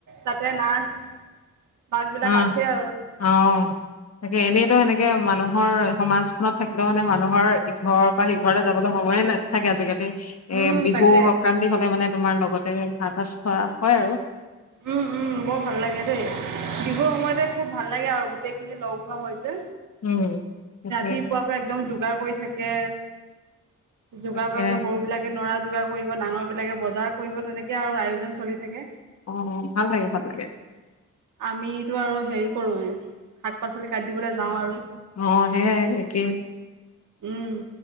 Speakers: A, on the right; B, on the left.
A: তাতে নাচ বাগ বিলাক
B: অ
A: আছে আৰু
B: অ তাকে এনেইতো সেনেকে মানুহ মানুহৰ সমাজখনত থাকিলেও মানে মানুহৰ ইঘৰৰ পৰা সিঘৰলে যাবলে সময়ে নাথাকে আজিকালি।
A: উম
B: এ বিহু
A: তাকে
B: সংক্ৰান্তি হলে মানে তোমাৰ লগতে ভাত সাজ খোৱা হয় আৰু।
A: উম উম বৰ ভাল লাগে দেই, বিহুৰ সময়তে খুব ভাল লাগে আৰু গোটেই খিনি লগ হোৱা হয় যে
B: উম সেইটোৱে
A: ৰাতিপুৱাৰ পৰা একদম যোগাৰ কৰি থাকে। যোগাৰ
B: তাকে
A: কৰালে সৰু বিলাকে নৰা যোগাৰ কৰিব ডাঙৰ বিলাক, এইলকে বজাৰ কৰিব তেনেকে আৰু আয়োজন চলি থাকে
B: অ ভাল লাগে ভাল লাগে
A: আমিতো আৰু হেৰি কৰোঁ শাক পাচলি কাট দিবলৈ যাওঁ আৰু
B: অ সেয়াই একেই
A: উম